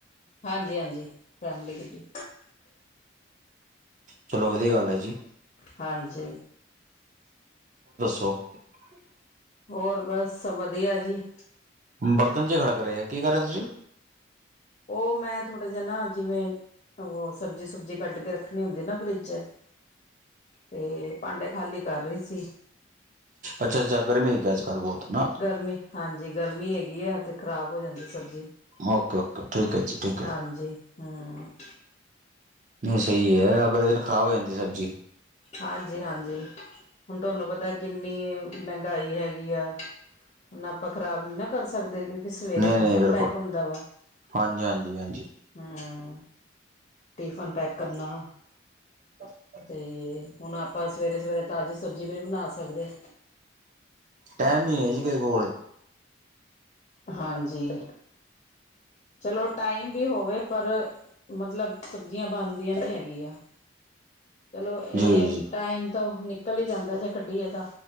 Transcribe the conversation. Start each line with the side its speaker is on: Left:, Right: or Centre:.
Left: ਹਾਂਜੀ ਹਾਂਜੀ ਫੈਮਲੀ ਗੱਡੀ।
Right: ਚਲੋ ਵਧੀਆ ਗੱਲ ਹੈ ਜੀ।
Left: ਹਾਂਜੀ।
Right: <unintelligible>
Left: ਹੋਰ ਬਸ ਵਧੀਆ ਜੀ।
Right: ਬਰਤਨ ਚ ਖੜਕ ਰਹੇ ਆ ਕੀ ਕਰ ਰਹੇ ਤੁਸੀਂ।
Left: ਉਹ ਮੈਂ ਥੋੜ੍ਹਾ ਜਿਹਾਨਾ ਜਿਵੇਂ ਉਹ ਸਬਜ਼ੀ ਸੁਬਜੀ ਕੱਢ ਕੇ ਰੱਖਣੀ ਹੁੰਦੀ ਨਾ ਫਰਿੱਜ ਚ ਤੇ ਭਾਂਡੇ ਖਾਲੀ ਕਰ ਰਹੀ ਸੀ।
Right: ਅੱਛਾ ਅੱਛਾ ਗਰਮੀ ਆ ਅੱਜ ਕੱਲ ਬਹੁਤ ਨਾ
Left: ਗਰਮੀ ਹਾਂਜੀ ਗਰਮੀ ਹੈਗੀ। ਆ ਤੇ ਖਰਾਬ ਹੋ ਜਾਂਦੀ ਸਬਜ਼ੀ।
Right: ਓਕੇ ਓਕੇ ਠੀਕ ਹੈ ਜੀ ਠੀਕ ਹੈ।
Left: ਹਾਂਜੀ ਹੂੰ
Right: ਸਹੀ ਹੈ ਅਗਲੇ ਦਿਨ ਖ਼ਰਾਬ ਹੋ ਜਾਂਦੀ ਸਬਜ਼ੀ।
Left: ਹਾਂਜੀ ਹਾਂਜੀ ਹੁਣ ਤੁਹਾਨੂੰ ਪਤਾ ਕਿੰਨੀ ਮਹਿੰਗਾਈ ਹੈਗੀ ਆ ਉਹ ਆਪਾਂ ਖ਼ਰਾਬ ਨੀ ਨਾ ਕਰ ਸਕਦੇ ਕਿਉ ਸਵੇਰੇ
Right: ਨਹੀਂ
Left: ਟਿਫਨ
Right: ਨਹੀਂ ਬਿਲਕੁਲ
Left: ਪੈਕ ਹੁੰਦਾ ਵਾ
Right: ਹਾਂਜੀ ਹਾਂਜੀ ਹਾਂਜੀ
Left: ਹਮ ਟਿਫਨ ਪੈਕ ਕਰਨਾ।
Right: <unintelligible>
Left: ਤੇ ਹੁਣ ਆਪਾਂ ਸਵੇਰੇ ਸਵੇਰੇ ਤਾਜ਼ੀ ਸਬਜ਼ੀ ਵੀ ਨਹੀਂ ਬਣਾ ਸਕਦੇ।
Right: ਟਾਈਮ ਨੀ
Left: ਹਮ
Right: ਹੈ ਜੀ ਕਦੇ ਕੋਲ
Left: ਹਾਂਜੀ। ਚਲੋ ਟਾਈਮ ਵੀ ਹੋਵੇ ਪਰ ਮਤਲਬ ਸਬਜ਼ੀਆਂ ਬਣਦੀਆਂ ਨਹੀਂ ਹੈਗੀਆਂ। ਚਲੋ ਇਹ
Right: ਜੀ ਜੀ ਜੀ
Left: ਟਾਈਮ ਤੋਂ ਨਿਕਲ ਹੀ ਜਾਂਦਾ ਸੀ ਕੱਢੀਏ ਤਾਂ